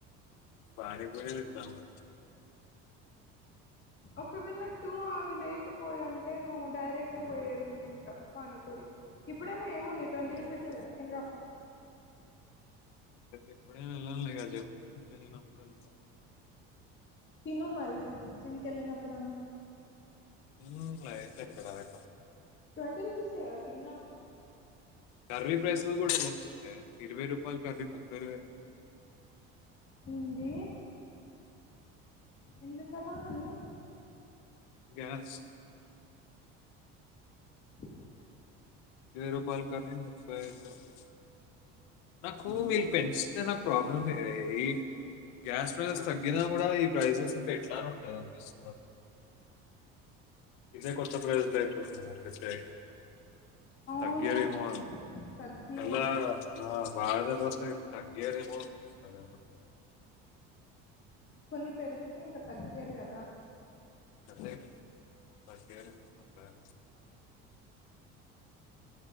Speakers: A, on the left (about 75°); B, on the left (about 40°).
A: పానీపూరి తిందామా
B: ఒకవేళ టూ అవి లేకపోయి ఉంటే నువ్వు డైరెక్ట్ పోయేదిండి ఇంకా పానీపూరికి ఇప్పుడైనా ఏముంది ట్వంటీ
A: అనుకో.
B: రూపీస్కద తిని రాపో
A: ఎప్పుడైనా వెళ్లాలి కదా టెంపుల్ కు
B: తను మరి జిమ్ము కు వెళ్ళినప్పుడు
A: ఉ ఎట్లా ఎక్కుతారు
B: ట్వెంటీ రుపీస్ గా తిని రాపో
A: కర్రీ ప్రైస్లు కూడా ఉంచండి ఇరవై రూపాయలు కర్రీ ముప్పై
B: హింది ఎందుకమా అన్నీ
A: గ్యాస్
B: డోర్ సౌండ్
A: రూపాయల కర్రీ అయితది నాకు
B: అమ్మా
A: వీళ్ళు పెంచి నాకు ప్రాబ్లం ఇయి గ్యాస్ ప్రైసెస్ తగ్గినా కూడా ఈ ప్రైసెస్ ఇంకా ఎట్లానే ఉంటది అనిపిస్తుంది ఇదే కొస్తా ప్రైజులు అయిపోతాయి ప్రతి ఐటమ్
B: అవును
A: తగ్గియరేమో
B: తగ్గియరు
A: ఎలా ఆ బాధనె తగ్గియరేమో <unintelligible>
B: కొన్ని పెరుగుతే ఇంక తగ్గియరు కదా
A: <inaudible>